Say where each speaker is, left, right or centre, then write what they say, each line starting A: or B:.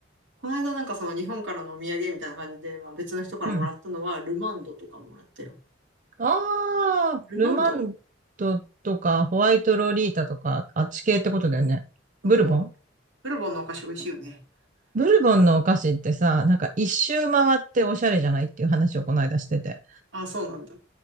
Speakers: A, on the right (about 80°); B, on the right (about 40°).
A: この間なんかその日本からのお土産みたいな感じで、まあ別の人からもらったのはルマンドとかもらったよ。
B: うん。ああ、
A: ルマンド
B: ルマンドとかホワイトロリータとか、あっち系ってことだよね。
A: そうそう。
B: ブルボン
A: ブルボンのお菓子美味しいよね。
B: ブルボンのお菓子ってさ、なんか一周回っておしゃれじゃないっていう話をこの間してて。
A: ああ、そうなんだ。